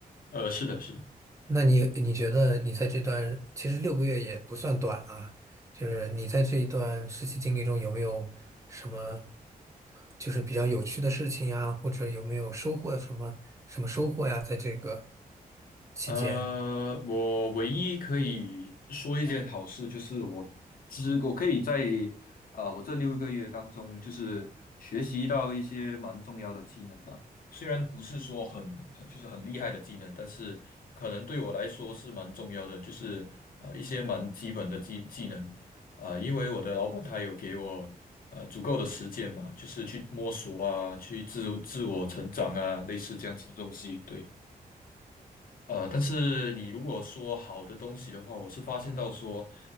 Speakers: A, on the left; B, on the right.
A: 呃，是的，是的。
B: 那你你觉得你在这段其实六个月也不算短啊，就是你在这一段实习经历中有没有什么就是比较有趣的事情呀，或者有没有收获什么什么收获呀，在这个期间？
A: 呃，我唯一可以说一件好事就是我，知我可以在啊、我这六个月当中，就是学习到一些蛮重要的技能吧。虽然不是说很很就是很厉害的技能，但是可能对我来说是蛮重要的，就是呃一些蛮基本的技技能啊、因为我的老板他有给我呃足够的时间吧，就是去摸索啊，去自自我成长啊，类似这样子的东西，对。呃，但是你如果说好的东西的话，我是发现到说，